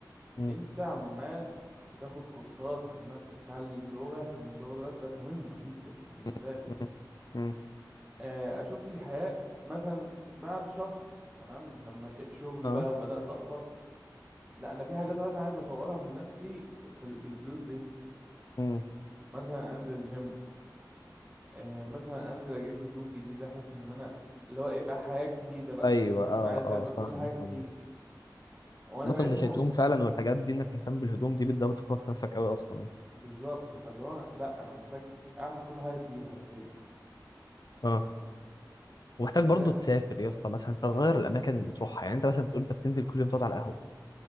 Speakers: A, on the left (about 65°); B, on the right (about 15°).
A: امم
B: انت عمال بتاخد كورسات عمال بتتعلم لغة لان اللغة دلوقتي بقت مهمة جدا بالنسبة
A: امم
B: لي
A: امم
B: آه، اشوف لي حياة مثلا بعد شهر تمام لما لقيت شغل
A: اه
B: بقى وبدأت اقبض لا انا في حاجات انا عايز اطورها من نفسي في ال- بالفلوس دي
A: امم
B: مثلا انزل جيم آه، مثلا انزل اجيب هدوم جديدة احس ان انا اللي هو ايه بقى حياة جديدة بقى
A: ايوه
B: تمام
A: اه
B: عايز
A: اه
B: ابقى
A: فاهم
B: كل حاجة جديدة
A: فاهم
B: وانا
A: مثلا
B: بقيت
A: الهدوم
B: مؤ
A: فعلا والحاجات دي انك تهتم بالهدوم دي بتزود ثقتك في نفسك قوي اصلا
B: بالظبط فاللي هو أنا- لا انا محتاج اعمل كل حاجة جديدة حرفيا
A: اه ومحتاج برضو
B: زي
A: تسافر يا اسطى مثلا تغير الاماكن اللي بتروحها يعني انت مثلا تقول انت بتنزل كل يوم تقعد على القهوه